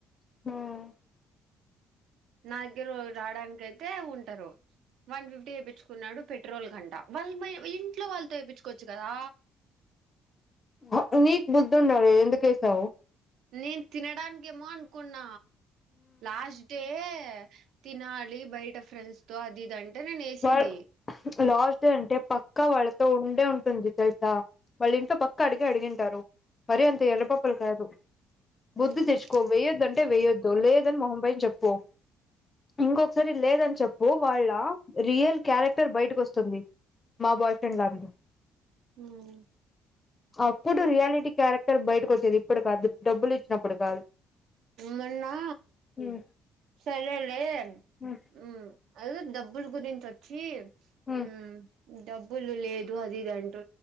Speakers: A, on the left; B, on the right.
A: హ్మ్
B: నా దగ్గర రావడానికయితే ఉంటారు. వన్ ఫిఫ్టీ ఏపిచ్చుకున్నాడు పెట్రోల్ కంట వాళ్ అమ్మయ్య ఇంట్లో వాళ్ళతో ఏపిచ్చుకోచ్చు కదా
A: హా నీకు బుద్ధుండాలి ఎందుకేసావు?
B: నేను తినడానికేమో అనుకున్న లాస్ట్ డే తినాలి బయట ఫ్రెండ్స్ తో అది ఇది అంటే నేను ఏసింది
A: వాల్ లాస్ట్ అంటే పక్ పక్క వాళ్ళతో ఉండే ఉంటుంది తెలుసా, వాళ్ళ ఇంట్లో పక్క అడిగే అడిగింటారు. మరి అన్ ఎర్రిపప్పలు కాదు బుద్ధి
B: ఉమ్
A: తెచ్చుకో. వెయ్యోద్ అంటే వెయొద్దు. లేదని మొహంపై చెప్ పు ఇంకొకసారి లేదని చెప్పు వాళ్ళ రియల్ క్యారెక్టర్ బయటికోస్తుంది మా బాయ్ ఫ్రెండ్ లాగ
B: ఉమ్
A: అప్పుడు రియాలిటీ క్యారెక్టర్ బయటికొచ్చేది ఇప్పుడు కాదు డబ్బులు ఇచ్చినప్పుడు కాదు.
B: మోన్నా
A: హ్మ్
B: సరేలే
A: హ్మ్
B: మ్ అదె డబ్బులు గురించొచ్చి
A: హ్మ్
B: మ్ డబ్బులు లేదు అది ఇది అంటూ